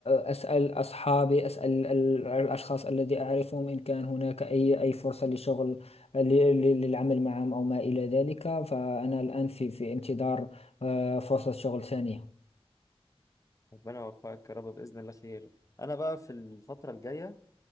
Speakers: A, on the left; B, on the left.
A: أسأل أصحابي أسأل ال- الأشخاص الذي أعرفهم إن كان هناك أي أي فرصة لشغل ل- ل- للعمل معهم أو ما إلى ذلك فأنا الآن في في انتظار أه، فرصة شغل ثانية
B: ربنا يوفقك يا رب بإذن الله خير أنا بقى في الفترة الجاية